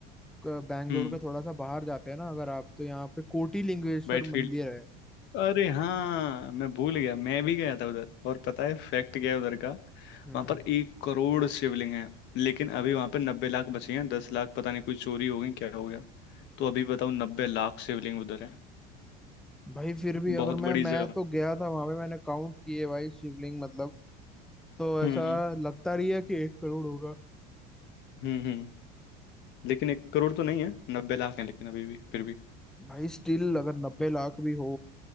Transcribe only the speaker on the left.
हम्म
वाइट
अरे हाँ मैं भूल गया मैं भी गया था उधर और पता है फैक्ट क्या है उधर का वहां
पर एक करोड़ शिवलिंग हैं लेकिन अभी वहां पर नब्बे लाख बचे हैं दस लाख पता नहीं कोई चोरी हो गई क्या हो गया तो अभी बताओ नब्बे लाख शिवलिंग उधर है
बहुत बड़ी
जगह
है।
हम्म
हम्म हम्म लेकिन एक करोड़ तो नहीं है नब्बे लाख है लेकिन अभी भी फिर भी